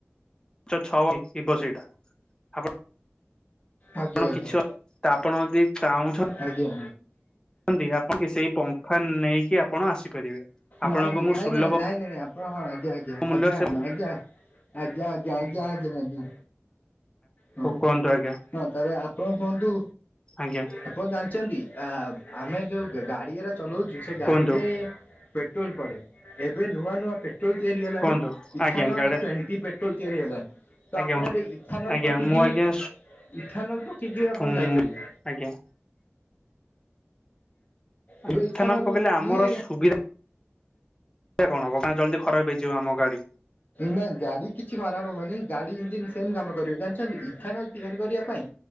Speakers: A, on the left (about 15°); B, on the left (about 35°).
A: ଞ୍ଚ ଛଅ ଶିବ ସେଇଟା ଆପଣ
B: ଆଜ୍ଞା ଆଜ୍ଞା
A: ଆପଣ କିଛି
B: ଆଜ୍ଞା
A: ଅ ତ ଆପଣ ଯଦି ଚାହୁଁଛନ୍ତି
B: ଆଜ୍ଞା
A: କ ଆପଣ କି ସେଇ ପଙ୍ଖା ନେଇକି ଆପଣ ଆସିପାରିବେ। ଆପଣଙ୍କୁ
B: ନାଇଁ
A: ମୁଁ
B: ନାଇଁ
A: ସୁଲଭ
B: ନାଇଁ ନାଇଁ ନାଇଁ ନାଇଁ ଆପଣ ହଁ ଆଜ୍ଞା ଆଜ୍ଞା
A: ମୂଲ୍ୟ
B: ଆଜ୍ଞା
A: ସେ
B: ଆଜ୍ଞା
A: ମୁଁ
B: ଆଜ୍ଞା। ଆଜ୍ଞା ଆଜ୍ଞ ଆଜ୍ଞା ଆଜ୍ଞା ଆଜ୍ଞା ହଁ
A: କୁହନ୍ତୁ ଆଜ୍ଞା
B: ହଁ ତ ଆପଣ କୁହନ୍ତୁ
A: ଆଜ୍ଞା
B: ଆପଣ ଜାଣିଛନ୍ତି ଆମେ ଯୋଉ ଗାଡିର ଚଲଉଛୁ ସେ ଗାଡିରେ
A: କୁହନ୍ତୁ
B: ପେଟ୍ରୋଲ ପଡେ ଏବେ ନୂଆ ନୂଆ ପେଟ୍ରୋଲ ତିଆରି ହେଲାଣି
A: କୁହନ୍ତୁ
B: ଇଥାନଲ
A: ଆଜ୍ଞା ଗାଡେ
B: ଟ୍ୱେଣ୍ଟି ପେଟ୍ରୋଲ ତିଆରି ହେଲାଣି। ତ
A: ଆଜ୍ଞା
B: ଆପଣ ଏବେ ଇଥାନଲ
A: ଆଜ୍ଞା
B: ପକେଇକିନି
A: ମୁଁ ଆଜ୍ଞା
B: ଇଥାନଲ ପକେଇକି
A: ଶୁଁ
B: ଆପଣ ଯାଇପାରିବେ?
A: ଆଜ୍ଞା
B: ଏବେ
A: ଇଥାନଲ ପକେଇଲେ ଆମର
B: ଇଏ
A: ସୁବିଧା ସେଟା କଣ ହବ ନା ଜଲଦି ଖରାପ ହେଇଯିବ ଆମ ଗାଡି।
B: ନାଇଁ ଗାଡି କିଛି ଖରାପ ହବନି ଗାଡି ଇଞ୍ଜିିନ ସେମ କାମ କରିବ ଜାଣିଛନ୍ତି ଇଥାନଲ ତିଆରି କରିବା ପାଇଁ